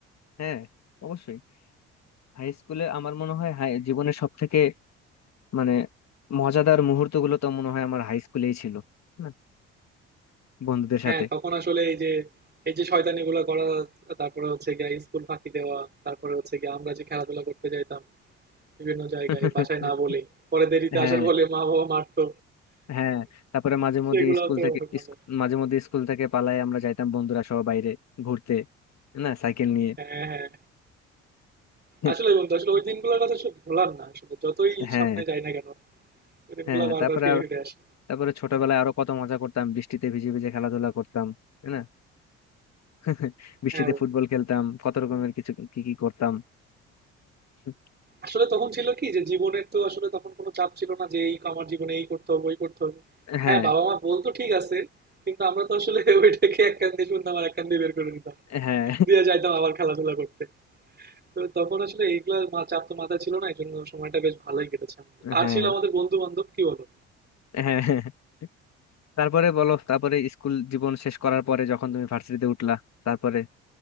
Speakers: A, on the left; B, on the right.
A: হ্যাঁ অবশ্যই হাই স্কুলে আমার মনে হয় হাই জীবনের সব থেকে মানে মজাদার মুহূর্তগুলো তো মনে হয় আমার হাই স্কুলেই ছিল না? বন্ধুদের সাথে
B: হ্যাঁ, তখন আসলে এই যে এই যে শয়তানিগুলো করা, তারপরে হচ্ছে গিয়ে স্কুল ফাঁকি দেওয়া, তারপরে হচ্ছে গিয়ে আমরা যে খেলাধুলা করতে যাইতাম, বিভিন্ন জায়গায়
A: <laughs>
B: বাসায় না বলে পরে দেরিতে
A: হ্যাঁ
B: আসার বলে মা বাবা মারতো
A: হ্যাঁ তারপরে মাঝে মধ্যে
B: সেগুলো
A: স্কুল
B: তো
A: থেকে
B: অনেক মনে
A: ইস- মাঝে মধ্যে স্কুল থেকে পালাই আমরা যাইতাম বন্ধুরা সহ বাইরে ঘুরতে না সাইকেল নিয়ে
B: হ্যাঁ হ্যাঁ
A: <laughs>
B: আসলে বন্ধু আসলে ওই দিনগুলোর কথা আসলে ভোলার না আসলে যতই
A: হ্যাঁ
B: সামনে যাই না কেন ওই দিনগুলো
A: হ্যাঁ
B: বারবার
A: তারপরে
B: ফিরে
A: আব-
B: ফিরে আসে
A: তারপরে ছোটবেলায় আরো কত মজা করতাম বৃষ্টিতে ভিজে ভিজে খেলাধুলা করতাম তাই না <laughs> বৃষ্টিতে
B: হ্যাঁ বন্ধু
A: ফুটবল খেলতাম কত রকমের কিছু কি কি করতাম <laughs>
B: আসলে তখন ছিল কি যে জীবনের তো আসলে তখন কোনো চাপ ছিল না যে এই আমার জীবনে এই করতে হবে ওই করতে হবে
A: হ্যাঁ
B: হ্যাঁ বাবা মা বলতো ঠিক আছে কিন্তু আমরা তো আসলে <laughs> ওইটাকে এক কান দিয়ে শুনতাম আর এক কান দিয়ে বের করে দিতাম
A: হ্যাঁ
B: দিয়ে যাইতাম আবার খেলাধুলা করতে তো তখন আসলে এইগুলা মা- চাপ তো মাথায় ছিল না এই জন্য সময়টা বেশ ভালোই কেটেছে আমাদের আর
A: হ্যাঁ
B: ছিল আমাদের বন্ধু বান্ধব কি বলবো
A: হ্যাঁ <laughs> তারপরে বলো তারপরে স্কুল জীবন শেষ করার পরে যখন তুমি ভার্সিটিতে উঠলা তারপরে